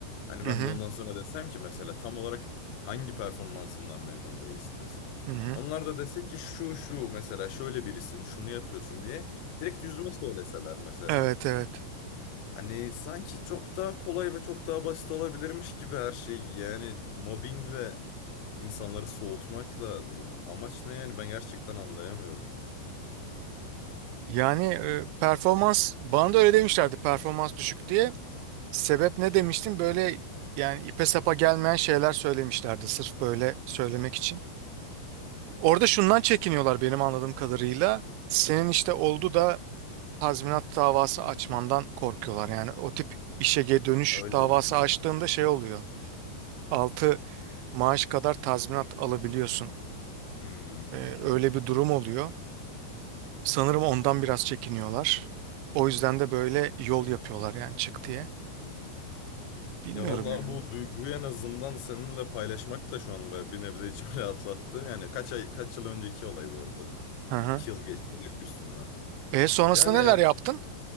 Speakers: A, on the left; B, on the right.
A: Hani
B: hı
A: ben
B: hı.
A: de ondan sonra desem ki mesela tam olarak hangi performansımdan memnun değilsiniz?
B: hı hı.
A: Onlar da dese ki şu şu mesela şöyle birisin şunu yapıyorsun diye direkt yüzüme söyleseler mesela.
B: Evet evet.
A: Hani sanki çok daha kolay ve çok daha basit olabilirmiş gibi her şey. Yani mobbingle insanları soğutmakla amaç ne yani ben gerçekten anlayamıyorum ya.
B: Yani e, performans bana da öyle demişlerdi performans düşük diye. Sebep ne demiştin? Böyle yani ipe sapa gelmeyen şeyler söylemişlerdi sırf böyle söylemek için. Orada şundan çekiniyorlar benim anladığım kadarıyla. Senin işte oldu da tazminat davası açmandan korkuyorlar. Yani o tip işe geri dönüş
A: Öyle
B: davası
A: oluyor değil
B: açtığında
A: mi?
B: şey oluyor. altı maaş kadar tazminat alabiliyorsun.
A: Hmm.
B: Ee, öyle bir durum oluyor. Sanırım ondan biraz çekiniyorlar. O yüzden de böyle yol yapıyorlar yani çık diye. Bilmiyorum
A: Ya vallahi
B: yani.
A: bu duyguyu en azından seninle paylaşmak da şu an böyle bir nebze içimi <laughs> rahatlattı. Yani kaç ay kaç yıl önceki olay bu arada.
B: Hı hı.
A: İki yıl geçti de üstünden.
B: E sonrasında
A: Yani ya,
B: neler yaptın?